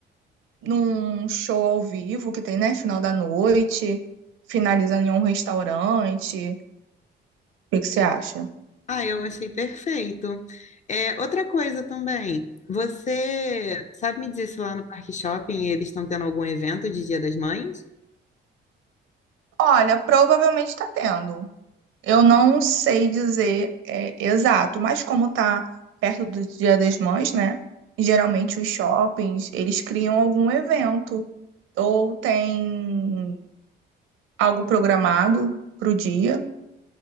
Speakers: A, on the right (about 85°); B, on the left (about 35°).
A: num show ao vivo que tem, né? Final da noite, finalizando em um restaurante. que que você acha?
B: Ah, eu achei perfeito. É, outra coisa também. Você sabe me dizer se lá no Parque Shopping eles estão tendo algum evento de Dia das Mães?
A: Olha, provavelmente está tendo. Eu não sei dizer é, exato, mas como está perto do Dia das Mães, né? Geralmente os shoppings, eles criam algum evento ou tem algo programado para o dia.